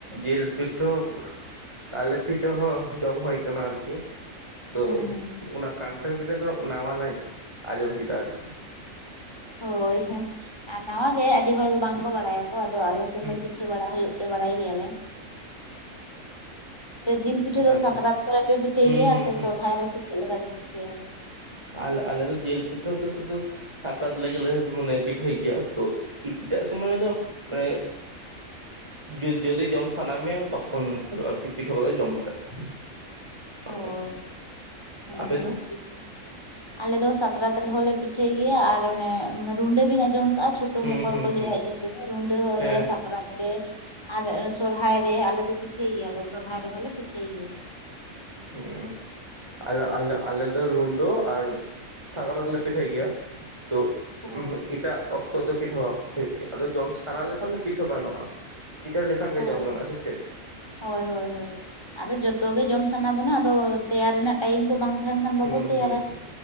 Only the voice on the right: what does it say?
ᱡᱤᱞ ᱯᱤᱴᱷᱟᱹ ᱦᱚᱸ ᱛᱟᱞᱮ ᱯᱤᱴᱷᱟᱹ ᱦᱚᱸ ᱡᱚᱢ ᱦᱩᱭ ᱠᱟᱱᱟ ᱟᱨᱠᱤ᱾ ᱛᱚ
ᱚᱱᱟ ᱠᱟᱱᱴᱷᱟᱲ ᱯᱤᱴᱷᱟᱹ ᱫᱚ ᱱᱟᱣᱟ ᱱᱟᱜ ᱟᱸᱡᱚᱢ ᱠᱮᱫᱟ ᱟᱨᱠᱤ᱾
ᱦᱩᱸ
ᱚᱱᱟᱜᱮ
ᱦᱩᱸ
ᱦᱩᱸ
ᱦᱩᱸ
ᱟᱞ ᱟᱞᱮ ᱫᱚ ᱡᱮᱞ ᱯᱤᱴᱷᱟᱹ ᱫᱚ ᱥᱩᱫᱩ ᱥᱟᱠᱨᱟᱛ ᱞᱮ ᱜᱮᱞᱮ ᱢᱟᱱᱮ ᱯᱤᱴᱷᱟᱹᱭ ᱜᱮᱭᱟ ᱛᱚ ᱮᱴᱟᱜ ᱥᱚᱢᱚᱭ ᱨᱮᱫᱚ ᱢᱟᱱᱮ ᱡᱩᱫ ᱡᱚᱫᱤ ᱡᱚᱢ ᱥᱟᱱᱟ ᱢᱮᱭᱟ ᱛᱚᱠᱷᱚᱱ ᱟᱨᱚ ᱟᱨᱠᱤ ᱯᱤᱴᱷᱟᱹ ᱠᱟᱛᱮ ᱡᱚᱢ ᱫᱟᱲᱮᱭᱟᱜᱼᱟ᱾
ᱜᱮ᱾
ᱟᱯᱮ
ᱫᱚ
ᱦᱩᱸ
ᱦᱩᱸ
ᱦᱩᱸ
ᱦᱮᱸ
ᱦᱩᱸ ᱟ ᱟᱞ ᱟᱞᱮ ᱫᱚ ᱨᱩᱰᱟᱹ ᱟᱨ ᱥᱟᱠᱨᱟᱛ ᱨᱮ ᱞᱮ ᱯᱤᱴᱷᱟᱹᱭ ᱜᱮᱭᱟ ᱛᱚ
ᱮᱴᱟᱜ ᱚᱠᱛᱚ ᱫᱚ ᱯᱤᱴᱷᱟᱹ ᱵᱟᱝ ᱦᱩᱭᱩᱜ ᱜᱮᱭᱟ ᱟᱫᱚ ᱡᱚᱢ ᱥᱟᱱᱟ ᱞᱮᱠᱷᱟᱱ ᱫᱚ ᱯᱤᱴᱷᱟᱹ ᱜᱟᱱᱚᱜᱼᱟ᱾ ᱯᱤᱴᱷᱟᱹ ᱞᱮᱠᱷᱟᱱ ᱜᱮ
ᱡᱚᱢ ᱜᱟᱱᱚᱜ-ᱟ᱾ ᱥᱮ ᱪᱮᱫ?
ᱦᱩᱸ
ᱦᱩᱸ ᱦᱩᱸ